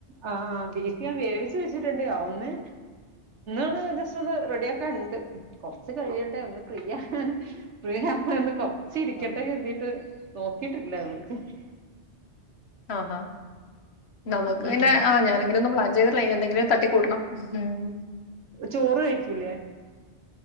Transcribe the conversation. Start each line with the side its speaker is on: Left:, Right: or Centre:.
Right: ആ ആ ബീഫ് ഞാൻ വേവിച്ചു വെച്ചിട്ടുണ് ണ്ട്ഒന്ന് ഒന്ന് ജസ്റ്റ് ഒന്ന് റെഡി ആക്കാൻ ഉണ്ട് കൊറച്ച് കഴിയട്ടെ ഒന്ന് ഫ്രിയ ഫ്രിയാവാൻ കൊറ്ച്ച് ചിരിക്കട്ടെ
Left: ആ
Right: കരുതിയിട്ട് നോക്കിട്ടില്ല <unintelligible>
Left: ആഹ്ഹ നമുക്ക്
Right: ഉം
Left: പിന്നെ ഞാനങ്ങന ഒന്നും പ്ലാൻ ചെയ്തിട്ടില്ല എന്തെങ്കിലും തട്ടി കൂടണം ഉം
Right: ചോറ് കഴിക്കൂലേ